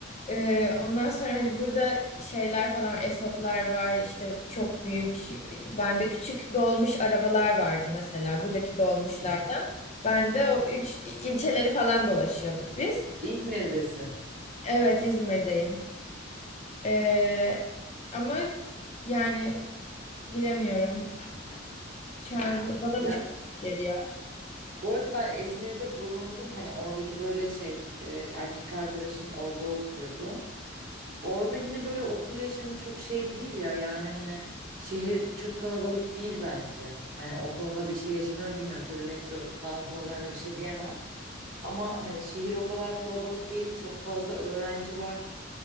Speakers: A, on the left (about 35°); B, on the right (about 45°).
A: Ee, ondan sonra hani burada şeyler falan Esotlar var işte çok büyük bende küçük dolmuş arabalar vardı mesela buradaki dolmuşlardan.
B: Hı hı.
A: Ben de o üç ilçeleri falan dolaşıyorduk biz.
B: İzmir'desin.
A: Evet İzmir'deyim. Ee, ama yani bilemiyorum. Şu an bu- bana
B: Ya
A: da çok geliyor.
B: bu arada ben İzmir'de bulundum. Hani oradaki böyle şey e, erkek arkadaşım orada okuyordu. Orada yine böyle okul yaşamı çok şey değil ya. Yani hani şehir çok kalabalık değil bence. Hani o konuda bir şey yaşadım mı bilmiyorum. Tabii metro falan konularına bir şey diyemem. Ama hani şehir o kadar kalabalık değil. Çok fazla öğrenci var.